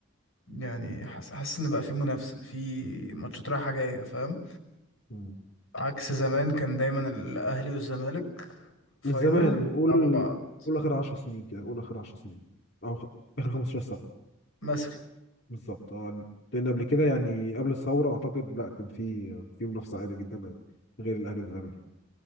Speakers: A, on the left (about 80°); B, on the left (about 55°).
A: يعني حاسس حاسس ان بقى في منافسه في ماتشات رايحه جايه فاهم
B: مم.
A: عكس زمان كان دايما الاهلي والزمالك فاينل
B: من زمان قول
A: بيلعبوا بعض
B: قول اخر 10 سنين كده قول اخر 10 سنين او خ... اخر 15 سنه
A: مثلا
B: بالظبط اه لان قبل كده يعني قبل الثوره اعتقد لا كان في في منافسه عادي جدا غير الاهلي والزمالك